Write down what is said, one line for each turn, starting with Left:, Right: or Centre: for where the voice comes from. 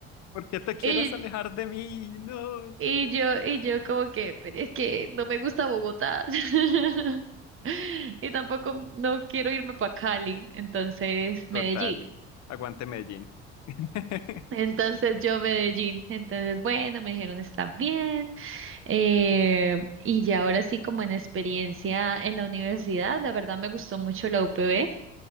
Left: ¿Por qué te quieres
Right: Y,
Left: alejar de mí? No.
Right: y yo, y yo como que, pero es que no me gusta Bogotá. <laughs> Y tampoco no quiero irme para Cali, entonces Medellín.
Left: Total. Aguante Medellín. <laughs>
Right: Entonces yo Medellín. Entonces, bueno, me dijeron está bien. Eh, y ya ahora sí, como en experiencia en la universidad, la verdad me gustó mucho la UPB.